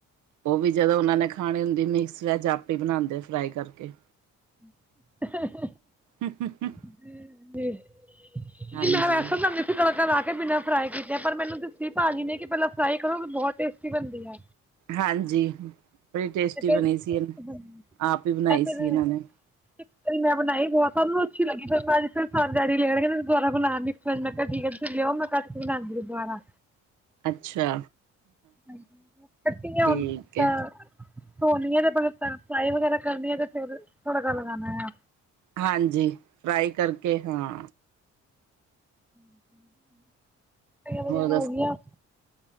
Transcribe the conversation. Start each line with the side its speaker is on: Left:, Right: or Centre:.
Right: ਉਹ ਵੀ ਜਦੋਂ ਉਹਨਾਂ ਨੇ ਖਾਣੀ ਹੁੰਦੀ ਮਿਕਸ ਵੈਜ ਆਪੇ ਬਣਾਉਂਦੇ ਫਰਾਈ ਕਰਕੇ।
Centre: <inaudible>
Right: ਹਮ
Centre: ਨੇ ਨੇ ਨਹੀ
Right: ਹਾਂਜੀ
Centre: ਮੈਂ ਵੈਸੇ ਤਾਂ ਮਿਕਸ ਤੜਕਾ ਲਾ ਕੇ ਬਿਨਾਂ ਫਰਾਈ ਕੀਤੇ ਪਰ ਮੈਨੂੰ ਦੱਸੀ ਭਾਜੀ ਨੇ ਕਿ ਪਹਿਲਾਂ ਫਰਾਈ ਕਰੋ ਬਹੁਤ ਟੇਸਟੀ ਬਣਦੀ ਐ।
Right: ਹਾਂਜੀ, ਬੜੀ ਟੇਸਟੀ
Centre: ਤੇ ਫਿਰ
Right: ਬਣੀ ਸੀ ਇਨ
Centre: ਮੈਂ
Right: ਆਪ ਹੀ ਬਣਾਈ
Centre: ਫਿਰ
Right: ਸੀ ਇਹਨਾਂ ਨੇ।
Centre: ਇੱਕ ਵਾਰੀ ਮੈਂ ਬਣਾਈ ਵੋ ਸਭ ਨੂੰ ਅੱਛੀ ਲਗੀ ਫੇਰ ਡੈਡੀ ਲੇ ਆਏ ਕਹਿੰਦੇ ਦੁਬਾਰਾ ਬਣਾ ਮਿਕਸ ਫੇਰ ਮੈਂ ਕਿਹਾ ਠੀਕ ਆ ਲਿਆਓ ਮੈਂ ਕੱਟ ਕੇ ਬਣਾਉਂਦੀ ਦੁਬਾਰਾ
Right: ਅੱਛਾ
Centre: ਹਾਂ ਕੱਤੀਆਂ
Right: ਠੀਕ
Centre: ਹੋਣ ਤਾਂ
Right: ਹੈ
Centre: ਧੋਣੀ ਹੈ ਤੇ ਪਲ ਫਰਾਈ ਵਗੈਰਾ ਕਰਨੀ ਹੈ ਤੇ ਫੇਰ ਤੜਕਾ ਲਗਾਉਣਾ ਹੈ
Right: ਹਾਂਜੀ ਫਰਾਈ ਕਰਕੇ ਹਾਂ
Centre: <unintelligible>
Right: ਹੋਰ
Centre: ਵ ਹੋਗੀਆਂ